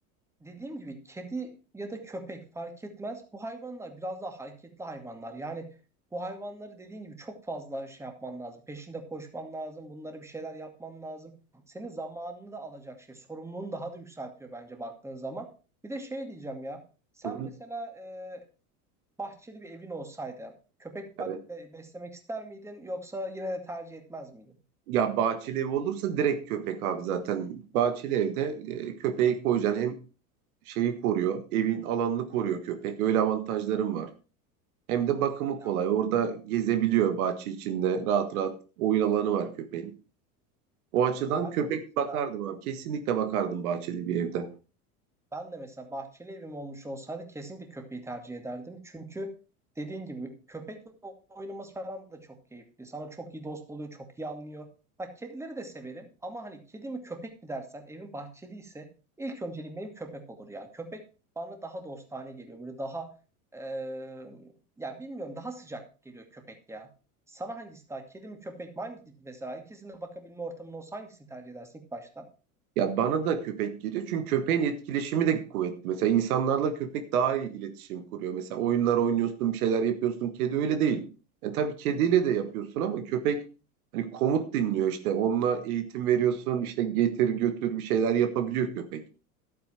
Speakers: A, in the centre; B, on the right.
A: dediğim gibi kedi ya da köpek fark etmez. Bu hayvanlar biraz daha hareketli hayvanlar. Yani bu hayvanları dediğin gibi çok fazla şey yapman lazım. Peşinde koşman lazım. Bunlara bir şeyler yapman lazım. Senin zamanını da alacak şey. Sorumluluğunu daha da yükseltiyor bence baktığın zaman. Bir de şey diyeceğim ya. Sen
B: Hı hı,
A: mesela e, bahçeli bir evin olsaydı köpek bak
B: evet.
A: be- beslemek ister miydin yoksa yine de tercih etmez miydin?
B: Ya bahçeli ev olursa direkt köpek abi zaten. Bahçeli evde e, köpeği koyacaksın hem şeyi koruyor, evin alanını koruyor köpek. Öyle avantajlarım var. Hem de bakımı
A: Ya
B: kolay. Orada gezebiliyor bahçe içinde. Rahat rahat oyun alanı var köpeğin. O açıdan
A: ben
B: köpek
A: de mesela
B: bakardım abi. Kesinlikle bakardım bahçeli bir evde.
A: Ben de mesela bahçeli evim olmuş olsaydı kesinlikle köpeği tercih ederdim. Çünkü dediğin gibi köpekle oynaması falan da çok keyifli. Sana çok iyi dost oluyor, çok iyi anlıyor. Bak kedileri de severim ama hani kedi mi köpek mi dersen evin bahçeli ise ilk önceliğim benim köpek olur ya. Köpek bana daha dostane geliyor. Böyle daha eee, ya bilmiyorum daha sıcak geliyor köpek ya. Sana hangisi daha kedi mi köpek mi hangisi mesela ikisine bakabilme ortamın olsa hangisini tercih edersin ilk başta?
B: Ya bana da köpek geliyor. Çünkü köpeğin etkileşimi de kuvvetli. Mesela insanlarla köpek daha iyi iletişim kuruyor. Mesela oyunlar oynuyorsun, bir şeyler yapıyorsun. Kedi öyle değil. Yani tabii kediyle de yapıyorsun ama köpek hani komut dinliyor işte. Onunla eğitim veriyorsun. işte getir götür bir şeyler yapabiliyor köpek.